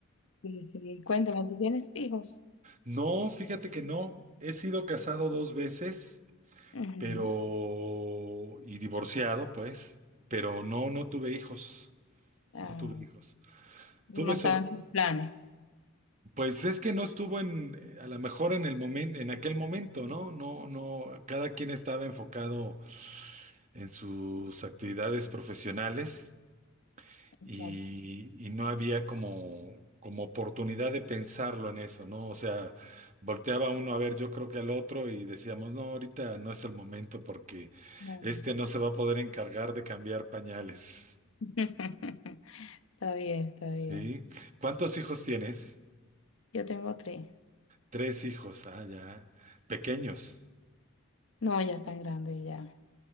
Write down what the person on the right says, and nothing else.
No, fíjate que no. He sido casado dos veces,
pero... y divorciado, pues, pero no, no tuve hijos.
No tuve hijos.
Tuve
so-
Pues es que no estuvo en, a lo mejor en el momento, en aquel momento, ¿no? No, no, cada quien estaba enfocado en sus actividades profesionales.
y, y no había como, como oportunidad de pensarlo en eso, ¿no? O sea, volteaba uno a ver, yo creo que al otro y decíamos, no, ahorita no es el momento porque
este no se va a poder encargar de cambiar pañales,
¿sí? ¿Cuántos hijos tienes?
Tres hijos, ah, ya, pequeños,